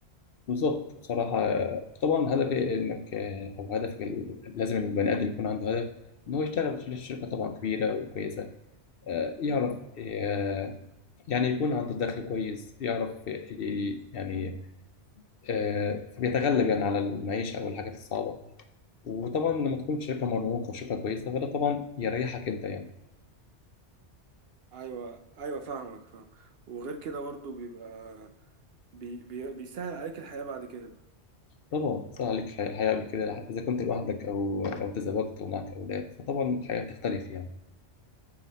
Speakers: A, on the left; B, on the right.
A: بالظبط بصراحة آه، طبعا هدفي إنك آه، أو هدفك ال- لازم البني آدم يكون عنده هدف إن هو يشتغل في شركة طبعا كبيرة وكويسة آه، يعرف آه، يعني يكون عنده دخل كويس يعرف ي- يعني آه، فبيتغلب يعني على المعيشة أو الحاجات الصعبة وطبعا لما تكون شركة مرموقة وشركة كويسة فده طبعا يريحك أنت يعني
B: ايوه ايوه فاهمك فاهم وغير كده برضه بيبقى بي... بي... بيسهل عليك الحياة بعد كده
A: طبعا صار عليك الحياة الحياة قبل كده إذا كنت لوحدك أو أو تزوجت ومعك أولاد فطبعا الحياة بتختلف يعني